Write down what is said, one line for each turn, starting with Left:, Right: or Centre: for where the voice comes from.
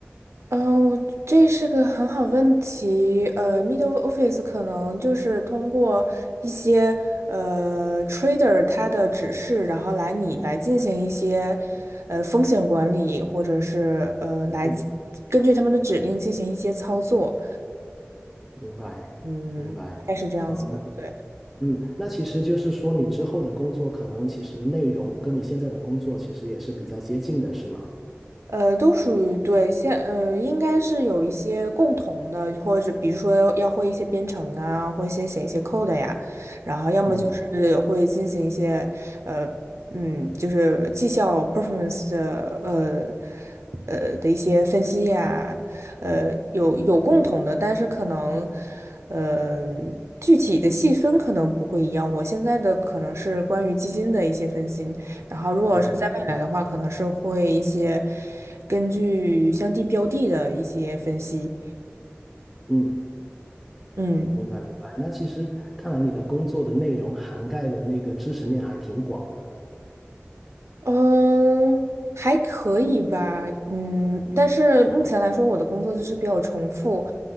Right: 嗯，我这是个很好问题。呃，middle office 可能就是通过一些呃 trader 他的指示，然后来你来进行一些呃风险管理，或者是呃来
Centre: 嗯，
Right: 根据他们的指令进行一些操作。
Centre: 明白明白。
Right: 嗯，大概是这样子的。
Centre: 嗯。
Right: 对。
Centre: 嗯，那其实就是说，你之后的工作可能其实内容跟你现在的工作其实也是比较接近的，是吗？
Right: 呃，都属于对，现呃，应该是有一些共同的，或者比如说要要会一些编程啊，或一些写一些 code 呀，然后要么就是会进行一些呃，
Centre: 嗯
Right: 嗯，就是绩效 performance 的呃呃的一些分析呀，呃，有有共同的，但是可能呃具体的细分可能不会一样。我现在的可能是关于基金的一些分析，然后，如果是在未来的话，
Centre: 嗯
Right: 可能是会一些根据相地标的的一些分析。
Centre: 嗯，
Right: 嗯
Centre: 明白明白。那其实看来你的工作的内容涵盖的那个知识面还挺广的。
Right: 嗯，呃还可以吧。嗯，但是目前来说，我的工作就是比较重复。